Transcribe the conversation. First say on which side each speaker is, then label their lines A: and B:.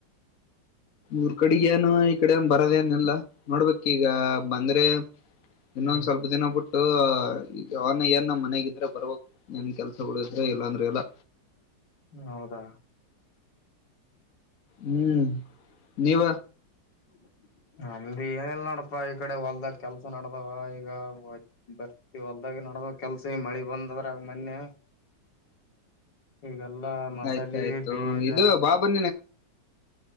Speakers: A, on the left; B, on the left.
A: ಊರ್ ಕಡೆಗೇನು ಈ ಕಡೆ ಏನ್ ಬರದೇನೆಲ್ಲ ನೋಡ್ಬೇಕ್ ಈಗ ಬಂದ್ರೆ ಇನ್ನೊಂದ್
B: ಹ್ಮ್
A: ಸ್ವಲ್ಪ ದಿನ ಬಿಟ್ಟು. ಈಗ ಯಾವಾಗ ಏನ್ ಮನಗಿದ್ರೆ ಬರ್ಬಕ್ ಏನ್ ಕೆಲ್ಸ ಗಳು ಇದ್ರೆ ಇಲ್ಲಾ ಅಂದ್ರೆ ಇಲ್ಲ.
B: ಹ್ಮ ಹೌದಾ.
A: ಹ್ಮ್ ನೀವ
B: <inaudible> ಆಮೇಲೆ ಏನಿಲ್ ನೋಡಪ್ ಈ ಕಡೆ ಹೊಲ್ದಾಗ ಕೆಲ್ಸ ನಡ್ದವ ಈಗ ಬರ್ತಿ ಹೊಲ್ದಾಗ ನಡದವ ಕೆಲ್ಸ ಈಗ ಮಳಿ ಬಂದದ ಮೊನ್ನೆ ಈಗ. ಅಲ್ಲ ಮಸಾಲೀ
A: ಆಯ್ತಾಯ್ತು
B: ಬೀಜ.
A: ಇದು ಬಾಬು